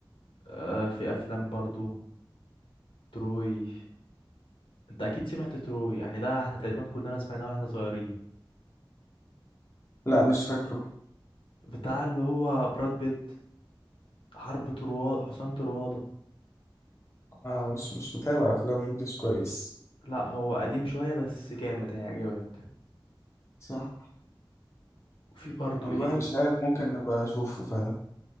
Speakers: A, on the left; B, on the left.
A: آه... في أفلام برضو تروي انت اكيد سمعت تروي يعني ده احنا تقريبا كلنا سمعناه واحنا صغيرين
B: لا مش فاكره
A: بتاع اللي هو براد بيت حرب طروادة حصان طروادة
B: آه مش مش متابع افلام انجلش كويس
A: لا هو قديم شوية بس جامد هيعجبك
B: صح
A: وفي برضو
B: والله
A: ايه
B: مش عارف ممكن ابقى اشوفه فعلا